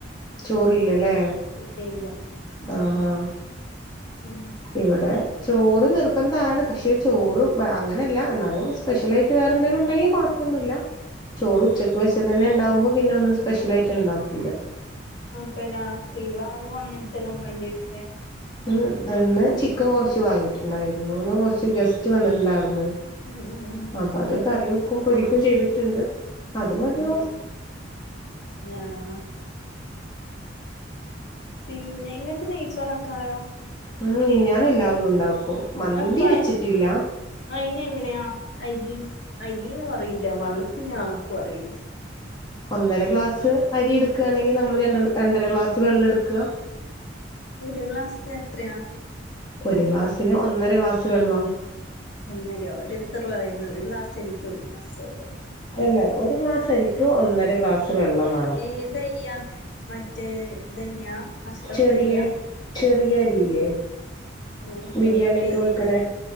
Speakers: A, on the left; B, on the left.
A: ചോറില്ലല്ലേ
B: ഇല്ല ഇല്ല
A: ആഹ് ആഹ്
B: ഉം
A: ഇവിടെ ചോറ് നിർബന്ധമാണ് പക്ഷെ ചോറ് അങ്ങനെയല്ല എന്നാലും സ്പെഷ്യലായിട്ട് വേറെ എന്തെങ്കിലും ഉണ്ടെങ്കിൽ കോഴ ഒന്നുമില്ല ചോറ് ഉച്ചക്ക് വെച്ചൽ തന്നെ ഉണ്ടാവുമ്പോ പിന്നെ ഒന്നും സ്പെഷ്യൽ ആയിട്ട് ഉണ്ടാക്കില്ല
B: അപ്പൊ രാത്രി വറവും അങ്ങനത്തെ എല്ലാം വേണ്ടി വരൂല്ലേ
A: ഉ അന്ന് ചിക്കൻ കൊറച്ച് വാങ്ങിട്ടുണ്ടായിരുന്നു ഒന്ന് കൊറച്ച് ഗസ്റ്റ് വന്നിട്ടുണ്ടായിന്ന്
B: ഉമ് ഉമ് ഉമ്
A: അപ്പൊ അത് കറിവെക്കും പൊരിക്കും ചെയ്തിട്ടുണ്ട് അത് മതിയാവും
B: ഉം ഞാനോ പിന്നെ നിങ്ങൾക്ക് നെയ്ച്ചോറക്കാറിയോ?
A: ഉ ഇനി ഞാൻ എല്ലാതും ഉണ്ടാക്കും മന്തി
B: അപ്പ
A: വെച്ചിട്ടില്ല
B: അയിന് എങ്ങനെയാ അരി അരിന്ന്‌ പറയില്ല വള് പിന്നെ ആണക്കും അറിയില്ല
A: ഒന്നര ഗ്ലാസ് അരി എടുക്കുകയാണെങ്കിൽ നമ്മൾ ര രണ്ടര ഗ്ലാസ് വെള്ളം എടുക്കുക
B: ഒരു ഗ്ലാസ്നെത്രയാ?
A: ഒരു ഗ്ലാസ്സിന് ഒന്നര ഗ്ലാസ് വെള്ളം
B: ഒന്നരയോ ഒരോരുത്തർ പറയുന്ന ഒരു ഗ്ലാസ്സ് എരിക്കു ഒരു ഗ്ലാസ്സ് വെള്ളം
A: അല്ല ഒരു ഗ്ലാസരിക്കു ഒന്നര ഗ്ലാസ് വെള്ളം വേണം
B: ഏതരിയാണ് മറ്റേ ഇതന്നെയാ അഷ്റഫരിയാ
A: ചെറിയ ചെറിയ അരിയില്ലേ
B: ഓഹ്
A: ബിരിയാണി
B: ഓരോ പേരില്ലേ
A: ഒക്കെ വെക്കണേ